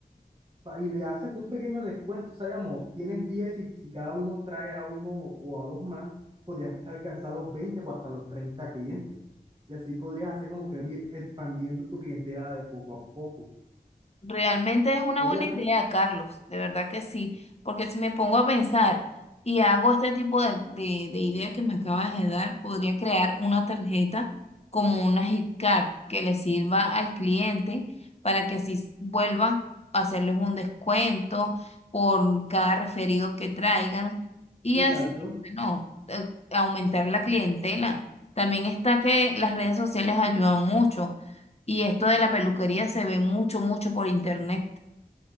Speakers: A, on the right; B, on the left.
A: pa- y le haces un pequeño descuento. O sea, digamos, tienes 10 y si cada uno trae a uno o a dos más, podrías alcanzar los 20 o hasta los 30 clientes. Y así podrías hacer como que ir expandiendo tu clientela de poco a poco.
B: Realmente es una
A: Obviamente.
B: buena idea, Carlos, de verdad que sí, porque si me pongo a pensar y hago este tipo de, de, de ideas que me acabas de dar, podría crear una tarjeta como una gift card que le sirva al cliente para que así s- vuelva a hacerles un descuento por cada referido que traigan y
A: Exacto.
B: así, bueno, eh, aumentar la clientela. También está que las redes sociales ayudan mucho y esto de la peluquería se ve mucho, mucho por internet.